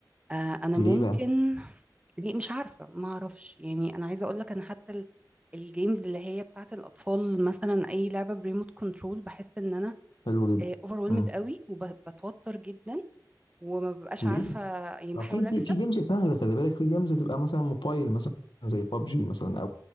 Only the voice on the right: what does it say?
آه انا ممكن
ليه مش عارفه ما اعرفش يعني انا عايزه اقول لك انا حتى ال- الجيمز اللي هي بتاعت الاطفال مثلا اي لعبه بريموت كنترول بحس ان انا
اوفرولمد
قوي وبتوتر جدا وما ببقاش
عارفه يعني
بحاول
اكسب